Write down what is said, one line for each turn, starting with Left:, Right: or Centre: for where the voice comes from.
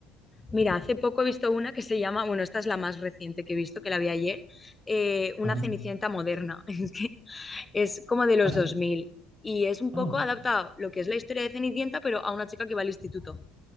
Left: mira, hace poco he visto una que se llama, bueno, esta es la más reciente que he visto, que la vi ayer, eh, una
Right: Ajá.
Left: Cenicienta moderna. <laughs> Es que es como de los
Right: Ah, sí.
Left: 2000 y es un
Right: Ah,
Left: poco adaptado lo que es la historia de Cenicienta, pero a una chica que va al instituto.